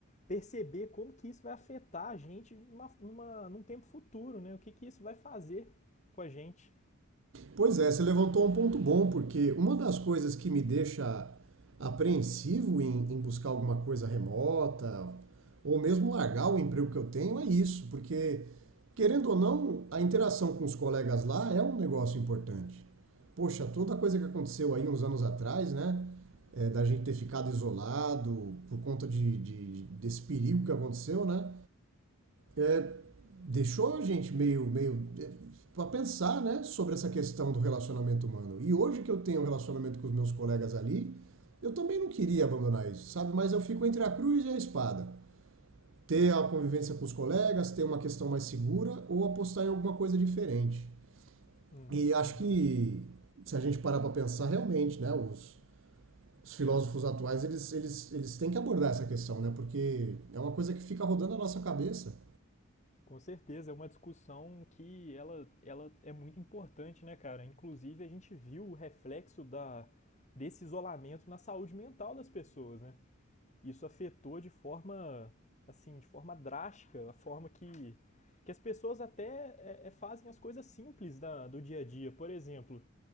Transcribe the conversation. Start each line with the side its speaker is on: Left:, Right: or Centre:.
Left: perceber como que isso vai afetar a gente numa, numa- num tempo futuro, né? O que que isso vai fazer com a gente.
Right: Pois é, você levantou um ponto bom, porque uma das coisas que me deixa apreensivo em, em buscar alguma coisa remota, ou mesmo largar o emprego que eu tenho, é isso, porque, querendo ou não, a interação com os colegas lá é um negócio importante. Poxa, toda a coisa que aconteceu aí uns anos atrás, né? é, da gente ter ficado isolado por conta de, de- desse perigo que aconteceu, né? é, deixou a gente meio, meio é, para pensar né, sobre essa questão do relacionamento humano. E hoje que eu tenho um relacionamento com os meus colegas ali, eu também não queria abandonar isso, sabe? Mas eu fico entre a cruz e a espada. Ter a convivência com os colegas, ter uma questão mais segura ou apostar em alguma coisa diferente.
Left: Hum,
Right: E acho
Left: uhum.
Right: que se a gente parar para pensar realmente, né, os, os filósofos atuais, eles, eles, eles têm que abordar essa questão, né? Porque é uma coisa que fica rodando a nossa cabeça.
Left: Com certeza, é uma discussão que ela, ela é muito importante, né, cara? Inclusive, a gente viu o reflexo da, desse isolamento na saúde mental das pessoas, né? Isso afetou de forma, assim, de forma drástica, a forma que, que as pessoas até é, é, fazem as coisas simples da, do dia a dia. Por exemplo,